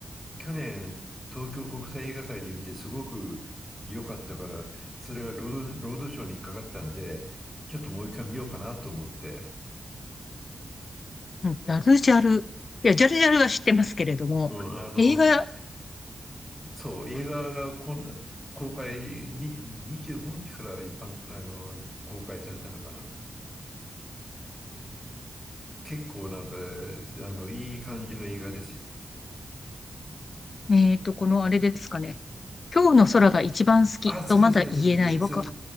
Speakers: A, in the centre; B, on the left.
A: 去年、東京国際映画祭で見てすごく良かったから、それがロード、ロードショーにかかったんで、ちょっともう一回見ようかなと思って。
B: うんジャルジャル。いや、ジャルジャルは知ってますけれども、
A: うん、あの、
B: 映画
A: そう、映画が今度、公開に、25日から一般、あの、公開されたのかな結構なんか、あの、いい感じの映画ですよ。
B: えっと、このあれですかね。今日の空が一番好きとまだ言えない僕は。
A: あ、それそれそれそれ、それ